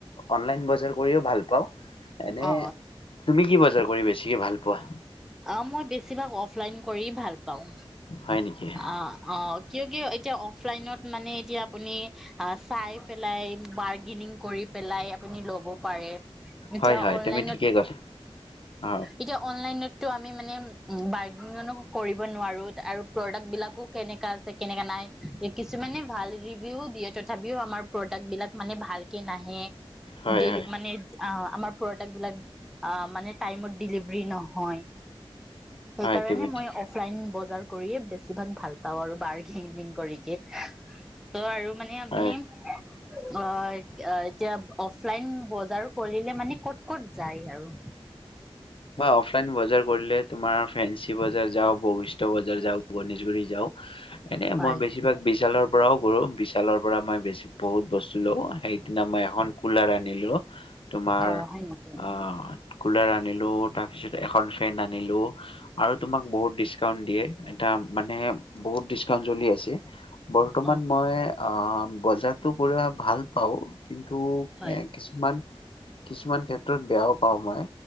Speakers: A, on the left; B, in the centre.
A: অনলাইন বজাৰ কৰিও ভাল পাওঁ এনে
B: অ
A: তুমি কি বজাৰ কৰি বেছিকে ভাল পোৱা
B: আহ মই বেছিভাগ অফলাইন কৰি ভাল পাওঁ
A: হয় নেকি?
B: অ অকে কি এতিয়া অফলাইনত মানে এতিয়া আপুনি চাই পেলাই গিনিং কৰি পেলাই আপুনি লব পাৰে এতিয়া
A: হয় হয়
B: অনলাইন
A: তুমি ঠিকেই ক'লা অ
B: এতিয়া অনলাইনটো আমি মানে ব কৰিব নোৱাৰো আৰু প্ৰডাক্ট বিলাকো কেনেকা আছে কেনেকা নাই কিছুমানে ভাল ৰিভিও দিয়ে তথাপিও আমাৰ প্ৰডাক্ট বিলাক মানে ভালকে নাহে।
A: হয়
B: ডেলি
A: হয়
B: মানে অ আমাৰ প্ৰডাক্ট বিলাক অ মানে টাইমত ডেলিভাৰী নহয়। সেইকাৰণে
A: হয় তুমি
B: মই
A: ঠিক
B: অফলাইন বজাৰ কৰিয়ে বেছি ভাগ ভাল পাওঁ আৰু বাৰ্গেনিং কৰি যে ত আৰু মানে আপুনি
A: হয়
B: অ এতি এতিয়া অফলাইন বজাৰ কৰিলে মানে ক'ত ক'ত যায় আৰু
A: মই অফলাইন বজাৰ কৰিলে তোমাৰ ফেনচি বজাৰ যাও বশিষ্ট বজাৰ যাও গণেশগুৰি যাও এনেই
B: হয়
A: মই বেছিভাগ বিশালৰ পৰাও কৰো বিশালৰ পৰা মই বেছি বহুত বস্তু লও সেইদিনা মই এখন কুলাৰ আনিলো তোমাৰ
B: অ হয় নেকি
A: অ কুলাৰ আনিলো তাৰ পিছত এখন ফেন আনিলো আৰু তোমাক বহুত ডিচকাউণ্ট দিয়ে এতা মানে বহুত ডিচকাউন্ চলি আছে। বৰ্তমান
B: অ
A: মই অ বজাৰটো কৰি ভাল পাওঁ কিন্তু
B: হয়
A: এ কিছুমান কিছুমান ক্ষেত্ৰত বেয়াও পাওঁ মই